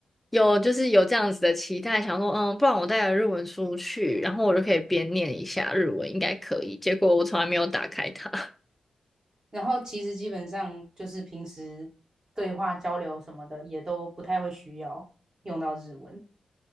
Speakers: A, in the centre; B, on the right.
A: 有就是有这样子的期待，想说，嗯，不然我带了日文书去，然后我就可以边念一下日文，应该可以。结果我从来没有打开它。<laughs>
B: 然后其实基本上就是平时对话交流什么的，也都不太会需要用到日文。